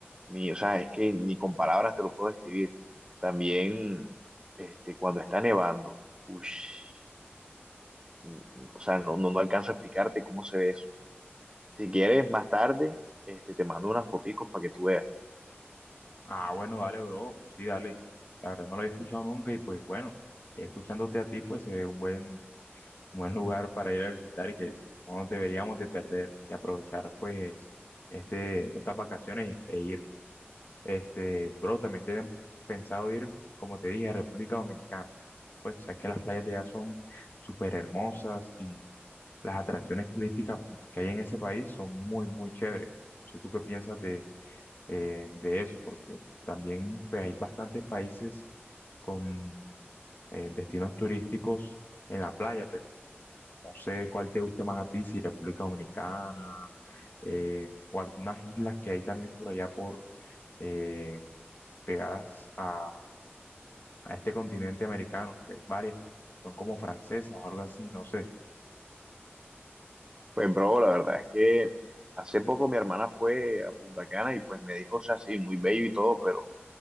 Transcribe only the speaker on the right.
Ni, o sea, es que ni con palabras te lo puedo describir. También, este, cuando está nevando, ush, mm, mm, o sea, no, no, no alcanzo a explicarte cómo se ve eso. Si quieres, más tarde, este, te mando unas foticos para que tú veas.
Pues, bro, la verdad es que hace poco mi hermana fue a Punta Cana y pues me dijo, o sea, sí, muy bello y todo, pero